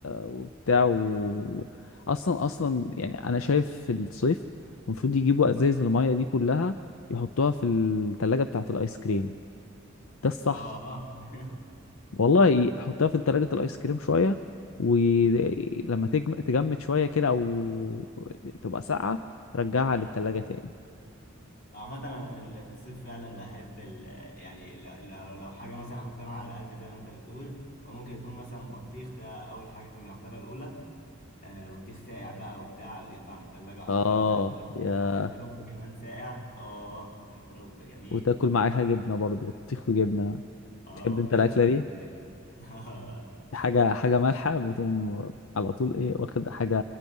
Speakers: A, on the left (about 70°); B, on the left (about 40°).
A: وبتاع و... اصلا اصلا يعني انا شايف في الصيف المفروض يجيبوا ازايز المية دي كلها يحطوها في التلاجة بتاعة الايس كريم ده الصح
B: أه أه <laughs>
A: والله حطها في تلاجة الايس كريم شوية ولما تجم... تجمد شوية كده او تبقى ساقعة رجعها
B: أمم.
A: للتلاجة تاني
B: عامة أنا في ال- في الصيف فعلا بحب ال يعني ل- لو لو حاجة مثلا هتطير على قلبي زي ما أنت بتقول فممكن يكون مثلا بطيخ ده أول حاجة في المرتبة الأولى آه، بطيخ ساقع بقى وبتاع يطلع من التلاجة على
A: اه
B: طول على قبل
A: يا
B: أو كانتالوب كمان ساقع آه كانتالوب جميل
A: وتاكل معاها جبنة برضو بطيخ وجبنة
B: آه
A: تحب انت
B: بطيخة
A: الاكلة
B: وجبنة
A: دي
B: كده <laughs>
A: حاجة حاجة مالحة بتقوم على طول ايه واخد حاجة